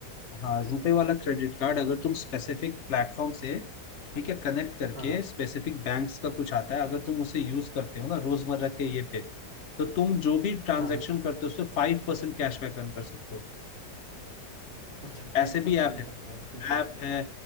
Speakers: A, on the left (about 55°); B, on the right (about 35°).
A: हाँ रुपे वाला क्रेडिट कार्ड अगर तुम स्पेसिफिक प्लेटफॉर्म से
B: हाँ
A: ठीक है कनेक्ट करके
B: हाँ हाँ
A: स्पेसिफिक बैंक्स का कुछ आता है अगर तुम उसे यूज करते हो ना रोजमर्रा के ये पे तो तुम जो भी ट्रांजैक्शन
B: हाँ हाँ हाँ
A: करते हो उसपे फाइव परसेंट कैशबैक अर्न कर सकते हो
B: अच्छा फाइव
A: ऐसे भी
B: परसेंट
A: ऐप
B: तक का उसमें
A: है
B: कैशबैक
A: ऐप है